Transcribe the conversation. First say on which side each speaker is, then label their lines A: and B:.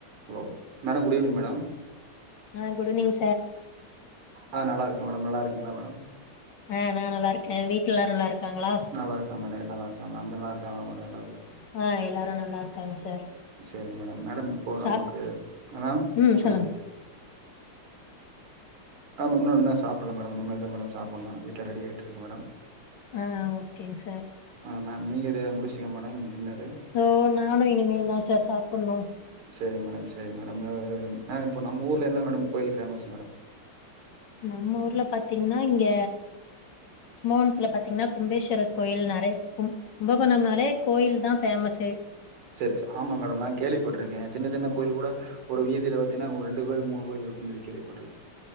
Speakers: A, on the right (about 80°); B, on the left (about 65°).
A: Hello madam good evening madam
B: ஆ good evening
A: ஆ நல்லாருக்கே மேடம் நல்லாருக்கீங்ளா மேடம்
B: ஆ நா நல்லா இருக்கே வீட்ல எல்லாரு நல்லா இருக்காங்களா
A: நல்லாருக்கா மேடொ எல்லா நல்லாருக் மே அங்க‌ நல்லாருக்காங்ளா மேடோ எல்லா பேரு
B: ஆ எல்லாரு நல்லாருக்காங்க சார்
A: சேரிங் மேடம் மேடம் இப்போ
B: சா
A: நமக்கு எதா
B: ம்
A: சொல்லுங்
B: சொல்லுங்க
A: மேடம் நா இன்னு இன்னு சாப்புல மேடம் இனிமல் தா மேடம் சாப்புனு வீட்ல ரெடியாட்ருக்கு மேடம்
B: ஆ ஓகேங் சார்
A: ஆ மேம் நீங்க ரெடியா முடிச்ட்டீங்ளா மேடம் டின்னரு
B: ஓ நானும் இனிமேல் தான் சார் சாப்பிடணும்
A: சரிங்க மேடம் சரிங்க மேடம் மேம் இப்போ நம்ம ஊரில் என்ன மேடம் கோயில் ஃபேமஸ் மேடம்
B: நம்ம ஊர்ல பாத்தீங்கன்னா இங்க கும்பகோணத்துல பாத்தீங்கன்னா கும்பேஸ்வரர் கோயில் நிறையஇருக்கும் கும்பகோணம்னாலே கோயில் தான் ஃபேமசே
A: சரி சரி ஆமா மேடம் நான் கேள்விப்பட்டுட் ருக்கேன் சின்ன சின்ன கோயில் கூட ஒரு வீதியில பாத்தீங்கன்னாங்க ரெண்டு கோயில் மூணு கோயில் இருக்கும் தான் கேவிப்பப்பட்டிருக்கு